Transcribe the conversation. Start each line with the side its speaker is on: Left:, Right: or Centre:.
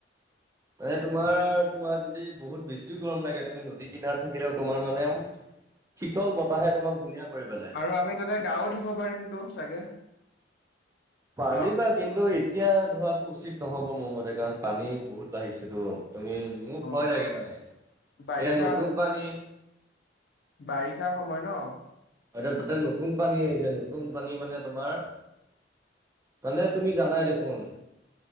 Right: এ তোমাৰ তোমাৰ যদি বহুত বেছিও গৰম লাগে। তুমি নদী কিনাৰত থাকিলেও তোমাৰ মানে শীতল বতাহে তোমাক ধুনীয়া কৰি পেলাই।
Left: আৰু আমি তাতে <unintelligible> ধুব পাৰিমতো চাগে?
Right: পাৰিবা,
Left: ন
Right: কিন্তু এতিয়া ধুৱাটো উচিত নহ'ব মোৰ মতে কাৰণ পানী বহুত বাঢ়িছেতো। তুমি মোৰ ভয়
Left: অ
Right: লাগে মানে। এতিয়া
Left: বাৰিষা
Right: নতুন পানী
Left: বাৰিষা সময় ন?
Right: এতিয়া তাতে নতুন পানী আহিছে, নতুন পানী মানে তোমাৰ মানে তুমি জানাই দেখোন,